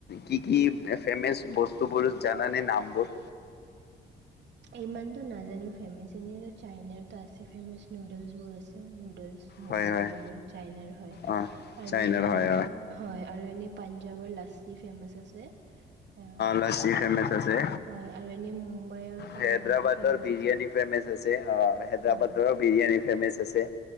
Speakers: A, on the left; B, on the right.
A: কি কি ফেমচ বস্তুবোৰ জানে নামবোৰ
B: ইমানতো নাজানোও ফেমাচ এনেইো চাইনাৰতো আছে ফেমাচ নুডলছবোৰ আছে নুডলছ ম'ম
A: হয় হয়
B: এই বোৰ চাইনাৰ
A: অ'।
B: আৰু
A: চাইনাৰ
B: এনেকৈ
A: হয়
B: হয় এনেকৈ যাবৰ লাছি ফেমচ আছে। অ
A: লচি ফেমাচ আছে,
B: হয়, আৰু এনেই মুম্বাইৰ। পাও
A: হেদৰাবাদৰ
B: ভাজি ফেমাছ
A: বিৰিয়ান
B: আছে
A: ফেমছ আছে অ হেদৰাবাদৰ
B: হয়
A: বিৰিয়ানী। ফেমেচ আছে,